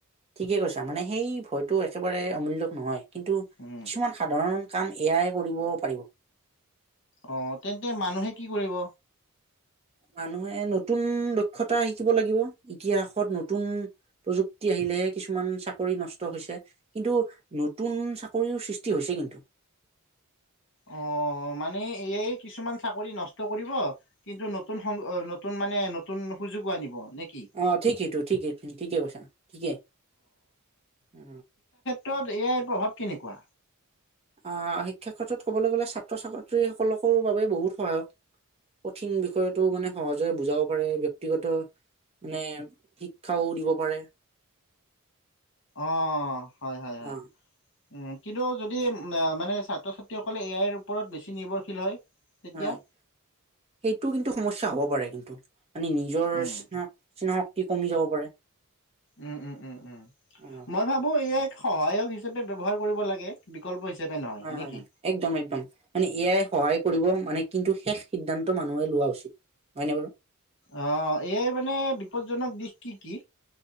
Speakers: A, on the right; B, on the left.
A: ঠিকে কৈছা মানে সেই ভয়তো একেবাৰে অমূল্যক নহয় কিন্তু
B: উম
A: কিছুমান সাধাৰণ কাম এ আইয়ে কৰিব পাৰিব।
B: অ তেন্তে মানুহে কি কৰিব?
A: মানুহে নতুন দক্ষতা শিকিব লাগিব, ইতিহাসত নতুন প্ৰযুক্তি আহিলে কিছুমান চাকৰি নষ্ট হৈছে। কিন্তু নতুন চাকৰিও সৃষ্টি হৈছে কিন্তু।
B: অ মানে এ আই কিছুমান চাকৰি নষ্ট কৰিব, কিন্তু নতুন সং অ ন নতুন মানে নতুন সুযোগো আনিব নে কি?
A: অ ঠিকেইতো ঠিকেই ঠিকে কৈছা ঠিকেই, অ।
B: তত এ আইৰ প্ৰভাৱ কেনেকোৱা?
A: আহ শিক্ষা ক্ষেত্ৰত ক'বলৈ গ'লে ছাত্ৰ ছাত্ৰীসকলৰ বাবে বহুত সহায়ক। কঠিন বিষয়টো মানে সহজে বুজাব পাৰে ব্যক্তিগত মানে, শিক্ষাও দিব পাৰে।
B: অ হয় হয় হয়।
A: অ
B: উ কিন্তু যদি মানে ছাত্ৰ ছাত্ৰীসকলে এ আইৰ ওপৰত বেছি নিৰ্ভৰশীল হয় তেতিয়া
A: হয় সেইটো কিন্তু সমস্যয়া হ'ব পাৰে কিন্তু। আমি নিজৰ
B: উম।
A: স্নক স্নক্তি কমি যাব পাৰে।
B: উম উম উম উম,
A: অ
B: মই ভাবো এ আইক সহায়ক হিচাপে ব্যৱহাৰ কৰিব লাগে। বিকল্প হিচাপে নহয়
A: হয়
B: নে
A: হয়
B: কি।
A: হয় একদম একদম মানে এ আই সহায় কৰিব মানে কিন্তু শেষ সিদ্ধান্ত মানুহে লোৱা উচিত। হয়নে বাৰু।
B: অ এ আই মানে বিপদজনক দিশ কি কি?